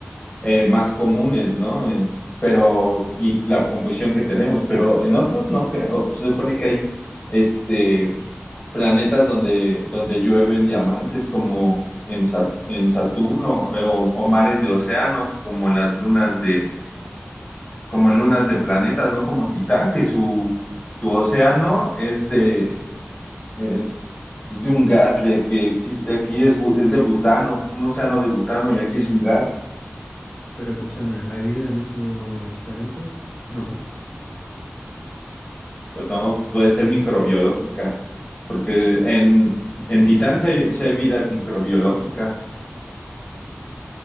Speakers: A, on the left; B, on the left.
A: eh, más comunes, ¿no? Eh, Pero, y la composición que tenemos, pero en otros no creo. Se supone que hay este planetas donde, donde llueven diamantes, como en, Sa- en Saturno, eh, o, o mares
B: Mm,
A: de océanos, como en las lunas de, como en lunas de planetas, ¿no? Como Titán, que su, su océano es de, es, es de un gas de, que existe aquí, es, bu- es de butano, un océano de butano, y aquí
B: Sí,
A: es un gas.
B: pero escúchame, ¿hay vida en esos planetas? No.
A: Pues no, puede ser microbiológica, porque en,
B: Mm,
A: en Titán sí hay, sí hay vida microbiológica,